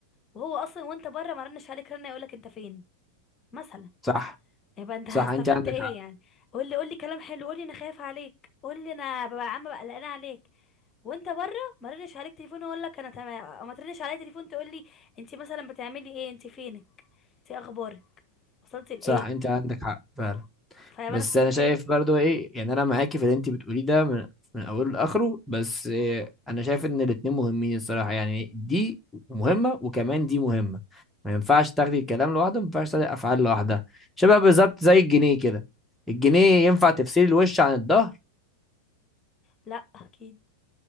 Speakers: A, on the left (about 25°); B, in the centre.
A: وهو اصلا وانت بره ما رنش عليك رنه يقولك انت فين مثلا
B: صح
A: يبقى انت
B: صح
A: استفدت
B: انت عندك
A: ايه
B: حق
A: يعني قول لي قول لي كلام حلو قول لي انا خايف عليك قول لي انا ببقى عامه بقى قلقانه عليك وانت بره ما ردش عليك تليفون واقول لك انا تمام او ما تردش عليا تليفون تقول لي انت مثلا بتعملي ايه انت فينك انت إيه اخبارك وصلتي لايه
B: صح انت عندك حق فعلا
A: فيبقى
B: بس
A: انا استفدت
B: انا شايف
A: ايه
B: برضو ايه يعني انا معاكي في اللي انت بتقوليه ده من من اوله لاخره بس إيه انا شايف ان الاتنين مهمين الصراحه يعني دي مهمه وكمان دي مهمه ما ينفعش تاخدي الكلام لوحده ما ينفعش تاخدي الافعال لوحدها شبه بالظبط زي الجنيه كده الجنيه ينفع تفصلي الوش عن الظهر
A: لا اكيد